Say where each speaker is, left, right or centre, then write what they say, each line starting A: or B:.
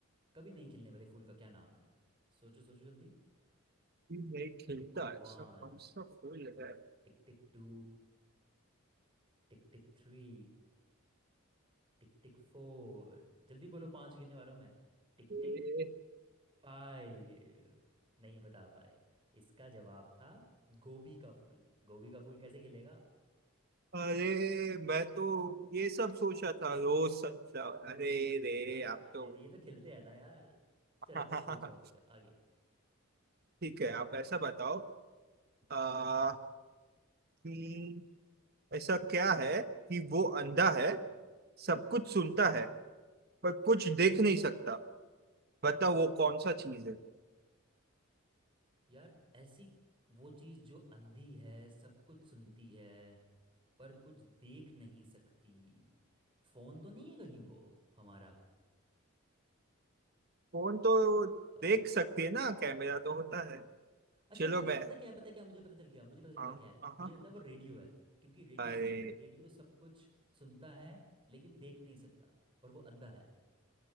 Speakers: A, on the right (about 25°); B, on the right (about 45°).
A: कभी नहीं खिलने वाले फूल का क्या नाम है सोचो सोचो जल्दी
B: ये नहीं खिलता
A: Tick tick
B: ऐसा
A: one
B: कौन सा फूल है
A: tick tick two tick tick three tick tick four जल्दी बोलो पांच गिनने वाला हूँ मैं टिक
B: ये-
A: टिक फाइव नहीं बता पाए इसका जवाब था गोभी का फूल गोभी का फूल कैसे खिलेगा
B: अरे मैं तो ये सब सोचा था रोज सनफ्लावर अरे रे
A: आ,
B: आप तो
A: नहीं, नहीं, ये तो खिलते हैं ना यार चलो
B: हाँ हाँ
A: तुम पूछो
B: हाँ हाँ,
A: अग- आगे
B: ठीक है आप ऐसा बताओ आ, कि ऐसा क्या है कि वो अंधा है
A: हम्म
B: सब कुछ
A: हम्म
B: सुनता है पर कुछ देख
A: हम्म।
B: नहीं सकता बताओ वो कौन सा चीज है
A: यार ऐसी वो चीज जो अंधी है सब कुछ सुनती है पर कुछ देख नहीं सकती फोन तो नहीं है कहीं वो हमारा
B: फोन तो
A: अ,
B: देख सकती है ना कैमरा तो होता है
A: अच्छा
B: चलो
A: अच्छा अच्छा
B: मैं
A: पता क्या है पता क्या है, मुझे पता चल गया मुझे पता चल
B: हाँ
A: गया क्या है
B: हाँ
A: मुझे
B: हाँ,
A: लगता
B: हाँ।
A: है वो रेडियो है क्योंकि रेडियो
B: अरे
A: सब रेडियो सब कुछ सुनता है लेकिन देख नहीं सकता और वो अंधा है